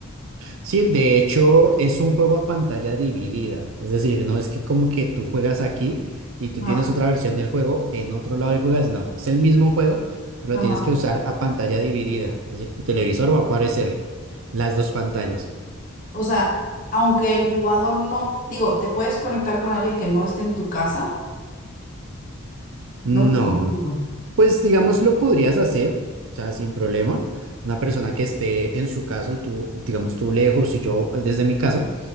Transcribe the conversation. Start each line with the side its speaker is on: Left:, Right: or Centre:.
Right: Sí, de hecho es un juego a pantalla dividida, es decir, no es que como que tú juegas aquí y tú
Left: Ajá,
Right: tienes otra versión del juego en otro lado y juegas, no, es el mismo juego, pero
Left: ajá.
Right: lo tienes que usar a pantalla dividida, es decir, tu televisor va a aparecer las dos pantallas.
Left: O sea, aunque el jugador no, digo, te puedes conectar con alguien que no esté en tu casa,
Right: No,
Left: ¿no? Digo,
Right: pues digamos lo podrías hacer, o sea, sin problema, una persona que esté en su casa y tú, digamos tú lejos y yo desde mi casa.